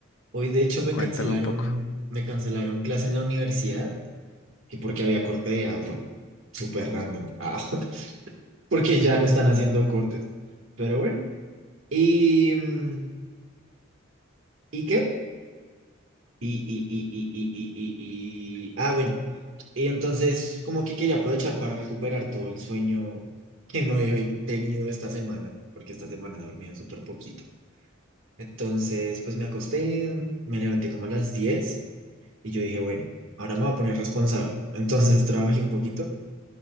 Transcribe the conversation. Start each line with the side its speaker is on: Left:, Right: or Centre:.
Right: Hoy de hecho me
Left: Cuéntame
Right: cancelaron,
Left: un poco.
Right: me cancelaron clase en la universidad, que porque había corte de agua, súper random, Ah, <laughs> porque ya no están haciendo cortes. Pero bueno, y mm, <clears throat> ¿y qué? Y, y, y, y, y, y, y, y- ah, bueno, y entonces como que quería aprovechar para recuperar todo el sueño que no he tenido esta semana, porque esta semana he dormido súper poquito. Entonces, pues me acosté, me levanté como a las 10 y yo dije, bueno, ahora me voy a poner responsable. Entonces <laughs> trabajé un poquito